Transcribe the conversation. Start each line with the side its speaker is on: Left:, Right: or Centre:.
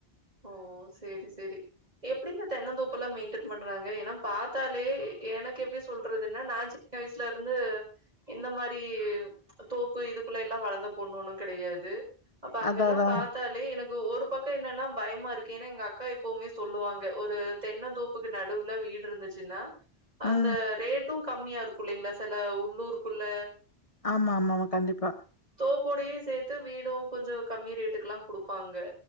Right: ஓ சேரி சேரி எப்டி இந்த தென்னந் தோப்புல்லா மெயின்டென் பண்றாங்க ஏன்னா பாத்தாலே எனக்கு எப்டி சொல்றதுன்னா நா சின்ன வயசுலருந்து இந்த மாரி தோப்பு இதுக்குள்ளேல்லா வளந்த பொண்ணொன்னுங் கடையாது அப்ப அங்கல்லாம்
Left: அதா அதா
Right: பாத்தாலே எனக்கு ஒரு பக்கொ என்னன்னா பயமா இருக்கு ஏன்னா எங்க அக்கா எப்பவ்மே சொல்லுவாங்க ஒரு தென்னந்தோப்புக்கு நடுவுல வீடு இருந்துச்சுன்னா அந்த
Left: ம்
Right: ரேட் டு கம்மியா இருக்கு இல்லலைங்களா சில உள்ளூருக்குள்ள
Left: ஆமாமா கண்டிப்பா
Right: தோப்பபோடையே சேத்து வீடு கொஞ்சோ கம்மி ரேட்டுக்கெல்லா குடுப்பாங்க